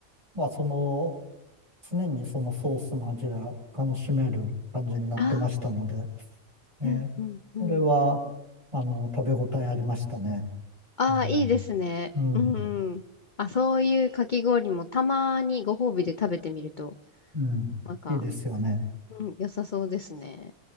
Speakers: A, on the right (about 20°); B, on the left (about 40°).
A: まあ、その、常にそのソースの味が楽しめる感じになってましたので、
B: ああ。
A: えーそれは、
B: うんうんうん。
A: あの、食べ応えありましたね。
B: ああ、
A: うん、
B: いいですね。
A: うん、
B: うんうん。あ、そういうかき氷もたまにご褒美で食べてみると、
A: うん、
B: なんか、
A: いいですよね。
B: うん、良さそうですね。